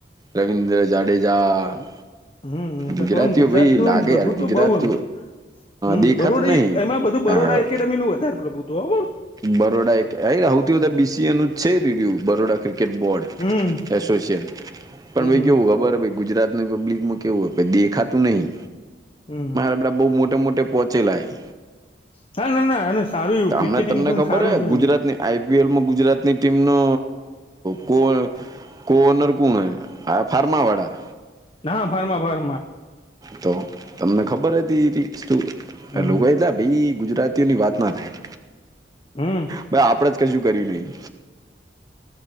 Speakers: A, on the right; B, on the left.
A: રવિન્દ્ર જાડેજા
B: હમ તો
A: ગુજરાતીઓ
B: કમ ગુજરાત
A: ભાઈ
B: નું
A: લાગે
B: પ્રભુત્વ
A: યાર ગુજરાત
B: બઉ એમ હમ
A: દેખાતું
B: બરોડી
A: નહી
B: એમાં બધું બરોડા
A: હા
B: એકેડેમી નું વધારે પ્રભુત્વ
A: બરોડા એક સૌથી બધા બીસીએ નું છે રીુ બઠરોડા ક્રિકેટ બોર્ડ
B: હમ
A: એસોસય પણ
B: હમ
A: કેવું ખબર ગુજરાત ને પબ્લિક મૂકી કેવય પે દેખા તોું નહીં
B: હમ
A: આપડા બઉુ મોટે મોટે પહોંચેલાય.
B: ના ના ના એને સારું એવું
A: હમણાં
B: ક્રિકેટિંગ
A: તમને
B: પણ
A: ખબર
B: સારું
A: હે
B: છે,
A: ગુજરાતની
B: એમ.
A: આઈપીએલમાં ગુજરાતની ટીમનો.. તો કો કોનર કોણ હ હા ફાર્માવાડા.
B: ના ફર્મા ફર્મા...
A: તો તમને ખબર હતી
B: હમ
A: લોકો એટલે ભાઈ ગુજરાતી. તેની વાત ના થાય.
B: હમ..
A: આપડે જ કશું કર્યું નહીિ.